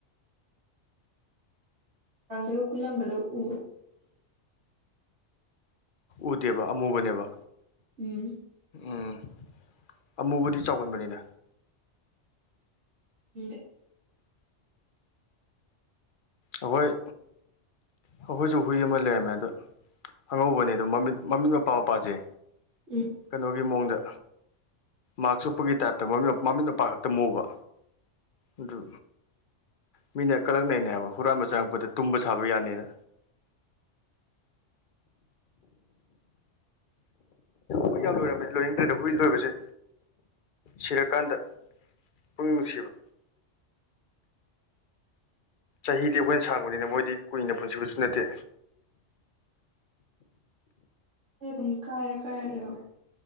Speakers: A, on the right (about 70°); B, on the left (about 50°).
A: ꯆꯥꯡꯗꯒ ꯀꯨꯜꯂꯝꯕꯗ ꯎꯕ
B: ꯎꯗꯦꯕ ꯑꯃꯨꯕꯅꯦꯕ
A: ꯎꯝ
B: ꯎꯝ ꯑꯃꯨꯕꯨꯗꯤ ꯆꯥꯎꯒꯟꯕꯅꯤꯅꯦ
A: ꯎꯝ
B: ꯑꯩꯈꯣꯏ ꯑꯩꯈꯣꯏꯁꯨ ꯍꯨꯏ ꯑꯃ ꯂꯩꯔꯝꯃꯦ ꯑꯗ ꯑꯉꯧꯕꯅꯦ ꯑꯗꯨ ꯃꯃꯤꯠ ꯃꯃꯤꯠ ꯃꯄꯥ ꯃꯄꯥꯁꯦ
A: ꯎꯝ
B: ꯀꯩꯅꯣ ꯒꯤ ꯃꯑꯣꯡꯗ ꯃꯥꯛꯁ ꯎꯞꯄꯒꯤ ꯇꯥꯏꯞꯇ ꯃꯃꯤꯠ ꯃꯄ ꯈꯛꯇ ꯃꯨꯕ ꯑꯗꯨ ꯃꯤꯅ ꯀꯂꯛꯅꯩꯅꯦ ꯍꯥꯏꯕ ꯍꯨꯔꯥꯟꯕ ꯆꯪꯉꯛꯄꯗ ꯇꯨꯝꯕ ꯁꯥꯕ ꯌꯥꯅꯤꯅ ꯍꯨꯏ ꯌꯥꯝ ꯂꯣꯏꯔꯝꯃꯦ ꯂꯣꯏꯅꯤꯡꯗ꯭ꯔꯔꯗ ꯍꯨꯏ ꯂꯣꯏꯕꯁꯦ ꯁꯤꯔꯀꯥꯟꯗ ꯄꯨꯛꯅꯤꯡ ꯅꯨꯡꯁꯤꯕ ꯆꯍꯤꯗꯤ ꯑꯩꯈꯣꯏꯅ ꯁꯥꯡꯕꯅꯤꯅ ꯃꯣꯏꯗꯤ ꯀꯨꯏꯅ ꯄꯨꯟꯁꯤꯕꯁꯨ ꯅꯠꯇꯦ
A: ꯑꯩ ꯑꯗꯨꯝ ꯀꯥꯏꯔ ꯀꯥꯏꯔ ꯂꯩꯍꯧꯔꯦ